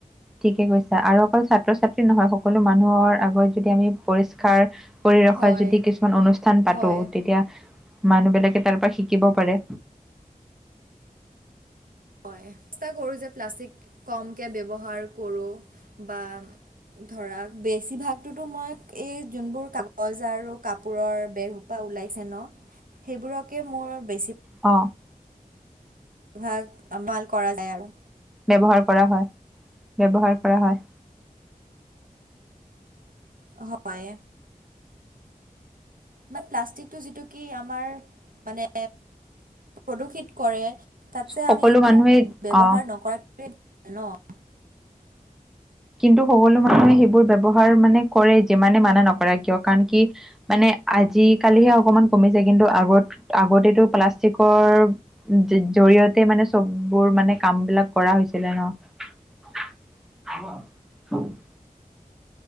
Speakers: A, in the centre; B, on the right.
A: ঠিকে কৈছা, আৰু অকল ছাত্ৰ ছাত্ৰী নহয় সকলো মানুহৰ আগত যদি আমি পৰিষ্কাৰ কৰি ৰখা
B: হয়,
A: যদি কিছুমান অনুষ্ঠান পাতো,
B: হয়,
A: তেতিয়া মানুহ বিলাকে তাৰ পৰা শিকিব পাৰে।
B: হয়। চেষ্টা কৰোঁ যে প্লাষ্টিক কমকে ব্যৱহাৰ কৰো। বা ধৰা বেছিভাগটোতো মই এই যোনবোৰ কাগজ আৰু কাপোৰৰ বেগ পা ওলাইছে ন, সেইবোৰকে মোৰ বেছি
A: অ'।
B: ভাগ ভাল কৰা যায় আৰু।
A: ব্যৱহাৰ কৰা হয়, ব্যৱহাৰ কৰা হয়।
B: হয়। মানে প্লাষ্টিকটো যিটো কি আমাৰ মানে প্ৰদূষিত কৰে তাতছে
A: সকলো
B: আমি সেটো
A: মানুহে
B: ব্যৱহাৰ
A: অ
B: নকৰাটোয়ে ভাল ন'?
A: কিন্তু সকলো মানুহে সেইবোৰ ব্যৱহাৰ মানে কৰে যিমানে মানা নকৰা কিয়। কাৰণ কি মানে আজিকালিহে
B: হয়।
A: অকমান কমিছে, কিন্তু আগত আগতেতো প্লাষ্টিকৰ জৰিয়তে মানে চববোৰ মানে কাম বিলাক কৰা হৈছিলে ন'। <unintelligible> <unintelligible>